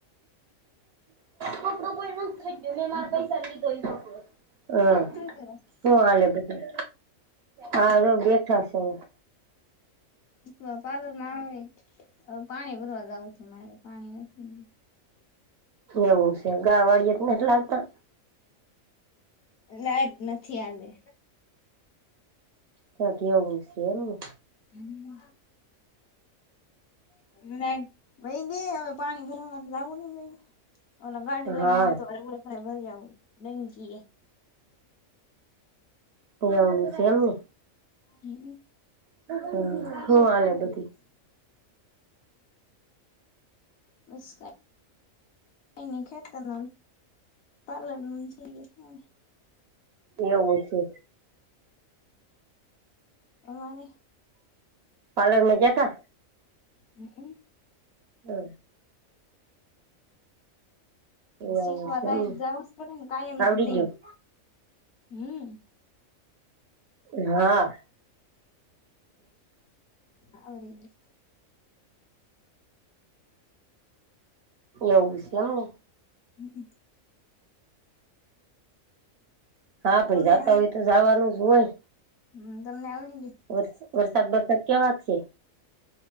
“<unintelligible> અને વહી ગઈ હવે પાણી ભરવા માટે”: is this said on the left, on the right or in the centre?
Left